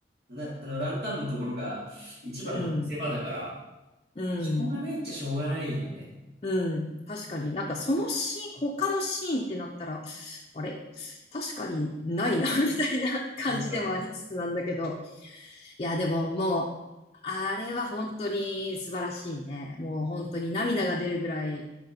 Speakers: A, on the right; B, on the left.
A: な、あの、ランタンのところが一番の見せ場だから、
B: うん。うん。
A: しょうがないっちゃしょうがないよね。
B: うん。確かになんかそのシーン、他のシーンってなったら、あれ確かにないな <laughs> みたいな感じでもありつつなんだけど。
A: そうか。
B: いや、でももう、あれは本当に素晴らしいね。もう本当に涙が出るぐらい